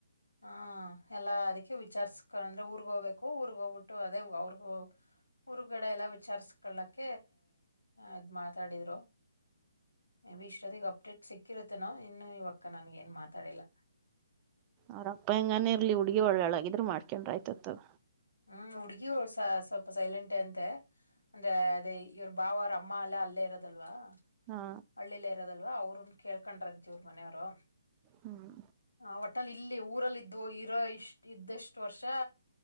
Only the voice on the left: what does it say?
ಹಾ ಎಲ್ಲಾ ಅದಕ್ಕೆ ವಿಚಾರ್ಸ್ಕ ಅಂದ್ರೆ ಊರ್ಗ್ಹೋಗ್ಬೇಕು ಊರ್ಗ್ಹೋಗ್ಬಿಟ್ಟು ಅದೇ ಅವ್ರಗು ಊರ್ಗಡೆ ಎಲ್ಲಾ ವಿಚಾರ್ಸ್ಕಳಕ ಅದ್ ಮಾತಾಡಿದ್ರು ಮೆ ಬಿ ಇಷ್ಟೊತ್ತಗ ಅಪ್ಡೇಟ್ ಸಿಕ್ಕಿರುತ್ತೇನೊ ಇನ್ನು ಇವಕ್ಕ ನನ್ಗೆನು ಮಾತಾಡಿಲ್ಲ
ಹ್ಮ್ ಹುಡ್ಗಿ ಸೊಪ ಸೈಲೆಂಟ್ ಅಂತೆ ಅಂದ್ರೆ ಅದೇ ಇವ್ರ ಭಾವ ಅವ್ರಮ್ಮ ಎಲ್ಲ ಅಲ್ಲೇ ಇರೋದಲ್ವಾ
ಹಳ್ಳಿಲ್ಲ ಇರೋದಲ್ವಾ ಅವ್ರುನು ಕೇಳ್ಕಂಡ್ರಂತ್ತಿವ್ರು ಮನೆವ್ರು.
ಹ ವಟ್ಟಲ್ಲ್ ಲಿ ಇಲ್ಲಿ ಊರಲ್ಲಿ ಇದ್ದು ಇರೋ ಇಷ್ಟ್ ಇದ್ದಷ್ಟು ವರ್ಷಾ